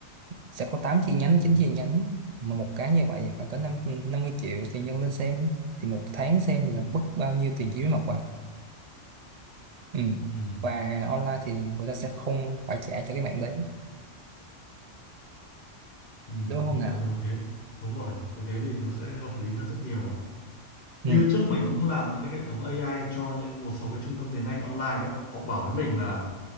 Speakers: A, on the right (about 85°); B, on the left (about 45°).
A: sẽ có tám chi nhánh
B: Ừ.
A: chín chi nhánh mà một cái như vậy thì khoảng có năm năm mươi triệu thì nhân lên xem thì một tháng xem là mất bao nhiêu tiền chi phí mặt bằng ừ.
B: Ừ.
A: và online thì người ta sẽ không phải trả cho cái mạng đấy
B: Ừ,
A: đúng
B: đúng
A: không nào
B: rồi nếu thế đúng rồi thế thế thì nó sẽ hợp lý hơn rất nhiều á
A: ừ.
B: như trước mình cũng làm những cái hệ thống AI cho những một số cái trung tâm tiếng Anh online đấy họ bảo với mình là